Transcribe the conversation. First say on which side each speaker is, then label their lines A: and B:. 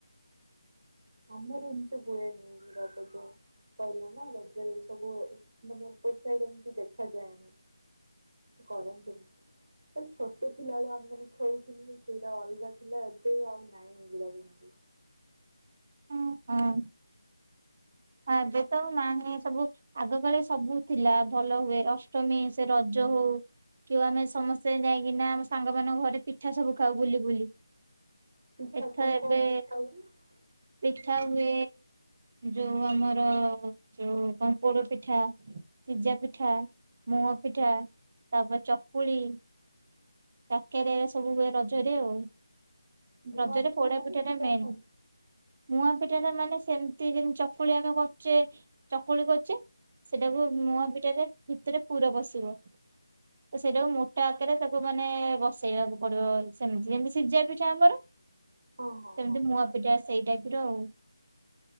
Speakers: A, on the right; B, on the right.
A: ଆମର ଏମତି ହୁଏନି ଏଗୁଡ଼ାକ ତ? କହିଲେ ନା ରଜରେ ଏସବୁ ମାନେ <unintelligible> ସାଇଡ ଏମତି ଦେଖାଯାଏନି। କରନ୍ତିନି। ଦେନ ଛୋଟ ଥିଲା ବେଳେ ଆମେମାନେ ଖେଳୁଥିଲୁ, ସେଇଟା ଅଲଗା ଥିଲା ଏବେ ଆଉ ନାଇଁ ଏଗୁଡାକ ଏମତି।
B: ଉଁ ହଁ। ହଁ ଏବେ ତ ଆଉ ନାହିଁ ସବୁ ଆଗକାଳେ ସବୁ ଥିଲା ଭଲ ହୁଏ। ଅଷ୍ଟମୀ, ସେ ରଜ ଜ ହଉ କି ଆମେ ସମସ୍ତେ ଯାଇକିନା ଆମ ସାଙ୍ଗମାନଙ୍କ ଘରେ ପି ପିଠା ସବୁ ଖାଉ ବୁଲି ବୁଲି।
A: ପିଠା
B: ଏଠା
A: କଣ
B: ଏବେ
A: କଣ ପିଠା ହୁଏ
B: ପିଠା ହୁଏ। ଯୋଉ ଆମର ଯୋଉ କଣ ପୋଡ ପିଠା ସିଜା ପିଠା, ମୁଆଁ ପିଠା, ତାପରେ ଚକୁଳି କାକେରା ଏସବୁ ହୁଏ ରଜରେ ଆଉ।
A: ମୁଆଁ
B: ରଜରେ ପୋଡା
A: ମାନେ
B: ପିଠା
A: ସେଇଟା
B: ଟା ମେନ୍।
A: କଣ?
B: ମୁଆଁ ପିଠାଟାମାନେ ସେମତି ଯେମତି ଚକୁଳି ଆମେ କରୁଚେ, ଚକୁଳି କରୁଚେ ସେଟାକୁ ମୁଆଁ ପିଠାରେ ଭିତରେ ପୁର ପଶିବ, ତ ସେଟାକୁ ମୋଟା ଆକାରରେ ତା ମାନେ ବସେଇବାକୁ ପଡିବ ସେମିତି। ଯେମତି ସିଝା ପିଠା ଆମର
A: ହଁ ହଁ
B: ସେମତି
A: ହଁ।
B: ମୁଆଁ ପିଠା ସେଇ ଟାଇପର ଆଉ।